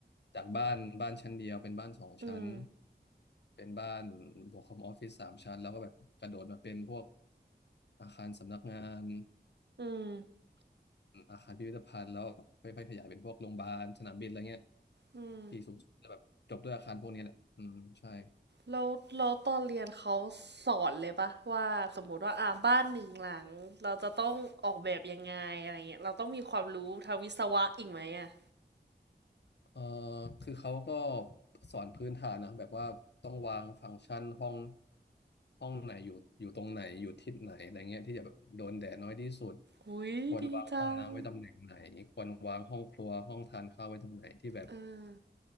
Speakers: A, on the left; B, on the right.
A: จากบ้านบ้านชั้นเดียวเป็นบ้านสองชั้น
B: อืม
A: เป็นบ้านบวกคอมออฟฟิศสามชั้นแล้วก็แบบกระโดดมาเป็นพวกอาคารสำนักงาน
B: อืม
A: อาคารพิพิธภัณฑ์แล้วค่อยๆขยายเป็นพวกโรงพยาบาลสนามบินอะไรเงี้ย
B: อืม
A: ปีสูงสุดจะแบบจบด้วยอาคารพวกนี้แหละอืมใช่
B: แล้วแล้วตอนเรียนเขาสอนเลยปะว่าสมมุติว่าอ่าบ้านหนึ่งหลังเราจะต้องออกแบบยังไงอะไรเงี้ยเราต้องมีความรู้ทางวิศวะอีกไหมอ่ะ
A: เอ่อคือเขาก็สอนพื้นฐานนะแบบว่าต้องวางฟังก์ชันห้องห้องไหนอยู่อยู่ตรงไหนอยู่ทิศไหนอะไรเงี้ยที่จะแบบโดนแดดน้อยที่สุด
B: อุ้ยดีจัง
A: ควรวางห้องน้ำไว้ตำแหน่งไหนควรวางห้องครัวห้องทานข้าวไว้ตรงไหนที่แบบ
B: เออ